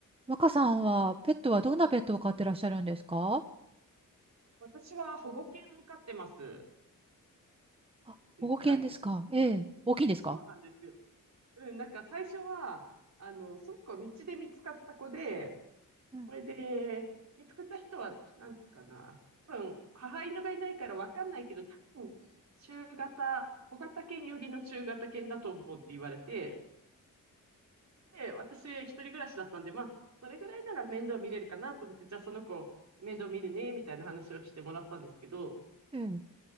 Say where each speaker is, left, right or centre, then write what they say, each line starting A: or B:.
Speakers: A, on the right; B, on the right.
A: 若さんは、ペットはどんなペットを飼ってらっしゃるんですか
B: 私は保護犬を飼ってます。
A: あ、
B: でっかい。
A: 保護犬ですかええ。大きいんですか
B: そうなんですよ。うん、なんか最初は、あの、その子道で見つかった子で、
A: うん。
B: それで、見つかった人は、なんかな、多分、母犬がいないからわかんないけど、多分、中型、小型犬寄りの中型犬だと思うって言われて、で、私一人暮らしだったんで、まあ、それぐらいなら面倒見れるかなと思って、じゃあその子、面倒見るね、みたいな話をしてもらったんですけど、
A: うん。ええ。